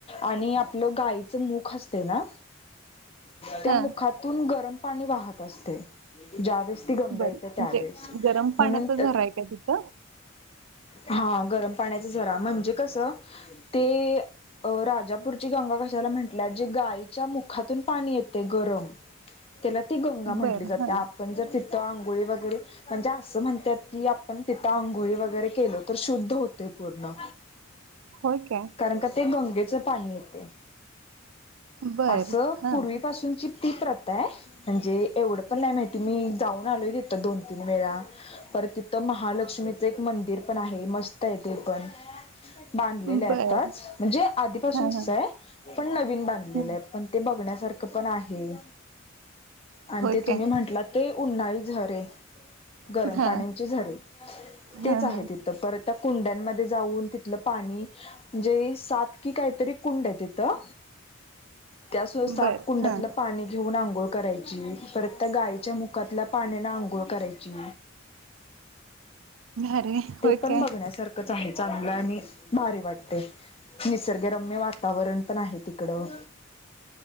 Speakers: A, on the left; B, on the right.
A: आणि आपल गा यीच मुख आसतंय ना त्या
B: हं
A: मुखा तून गरम पाणी वाहत असतात, ज्यावेळस ती गंगा
B: बरं
A: येत्या
B: म्हणजे
A: त्यावेळेस
B: गरम
A: म्हणून
B: पाण्याचा
A: त
B: झरा आहे का तिथं?
A: हा गरम पाण्याचा झरा म्हणजे कस ते अ राजापूरची गंगा कशाला म्हटल्या जे गायीच्या मुखातून पाणी येतय गरम तेला ती गंगा म्हटली
B: बरं
A: जात्या
B: हं
A: आपण जर तिथं आंघोळी वगैरे म्हणजे आसं म्हणत्यात की आपण तिथं आघोळी वगैरे केलो तर शुद्ध होतय पूर्ण
B: होय का
A: कारण का ते गंगेच पाणी येते
B: बरं
A: आस
B: हं
A: पूर्वीपासूनची ती प्रथा आहे म्हणजे एवढं पण नाही माहिती मी जाऊन आलोय तिथं दोन तीन वेळा. परत तिथं महालक्ष्मीच एक मंदिर पण आहे, मस्त ये ते पण. बांधलेलं आहे
B: बरं
A: आताच म्हणजे आधीपासूनचच
B: हं हं
A: आहे पण नवीन बांधलेलं
B: हं
A: आहे पण ते बघण्यासारखं पण आहे आणि
B: होय
A: ते तुम्ही
B: काय?
A: म्हटला ते उन्हाळी झरे गरम
B: हं
A: पाण्याचे झरे तेच
B: हं
A: आहे
B: हं
A: ति थं परत कुंड्यांमध्ये जाऊन तिथलं पाणी म्हणजे सात की कायतरी कुंड आहे तिथं त्या सु सात
B: बरं
A: कुंडातलं
B: हं
A: पाणी घेऊन आंघोळ करायची, परत त्या गायीच्या मुखातल्या पाण्यान आंघोळ करायची.
B: अरे
A: ते
B: होय
A: पण
B: काय?
A: बघण्या सारखच आहे चांगलं आणि भारी वाटते. निसर्गरम्य वातावरण पण आहे तिकडं.